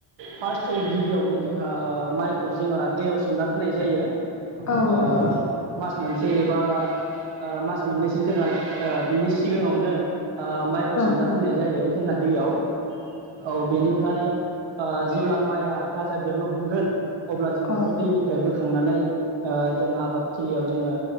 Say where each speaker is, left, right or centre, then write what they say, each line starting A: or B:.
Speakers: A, on the right (about 80°); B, on the left (about 40°).
A: फार्स्ट गिबियावनो जोंहा ओ माइखौ जोंहा दैयाव सोमना दोननाय जायो ओ
B: औ नंगौ
A: मास मोनसे एबा ओ मास मोननैसो जोंहा ओ बिनि सिगाङावनो ओ माइखौ
B: औ
A: सोमना दोननाय जायो जोंहा दैयाव औ बेनिफ्राय ओ जेब्ला माइआ गाजा बेरनो हमगोन अब्ला जों
B: औ
A: बेखौ दैनिफ्राय बो खांनानै ओ जों आबाद थिलियाव जोङो